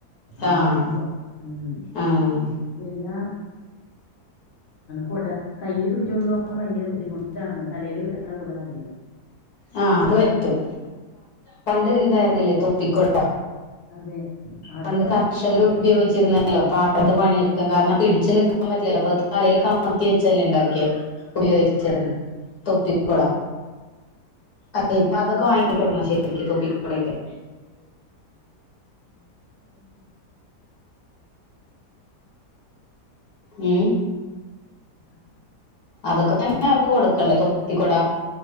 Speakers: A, on the left; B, on the left.
A: അങ്ങനെയൊക്കെ
B: ആഹ്
A: ഉം
B: ആഹ്
A: പിന്ന കൊട കയ്യിയില് പിടിച്ചോണ്ട് പോകൻ ഭയങ്കര ബുദ്ധിമുട്ടാണെന്ന് തലേല് വെക്കാൻ ക്കണ കൊട മതിന്ന്‌
B: ആഹ് അത് പറ്റും പണ്ട് ഇണ്ടായിരുന്നില്ലേ തൊപ്പിക്കൊട
A: അതെ അത്
B: പണ്ട്
A: മതി
B: കർ - കർഷകർ ഉപയോഗിച്ചിരുന്നല്ലോ പാടത്തു പണിയെടുക്കാൻ കാരണം പിടിച്ച് നിക്കാൻ പറ്റില്ലല്ലോ അപ്പൊ ത് തലയില് കമത്തി വെച്ചല്ലേ ഉണ്ടാക്കിയെ ഉപയോഗിച്ചത് തൊപ്പിക്കൊട അല്ലെ ഇപ്പൊ അതൊക്കെ വാങ്ങിക്കൊടുക്കണം ശരിക്ക് തൊപ്പിക്കൊടെയൊക്കെ
A: <inaudible> ഉം ഉം
B: ഉം
A: <inaudible>
B: അതൊക്കെ തന്നെ അവർക്ക് കൊടുക്കണ്ട് തൊപ്പിക്കൊട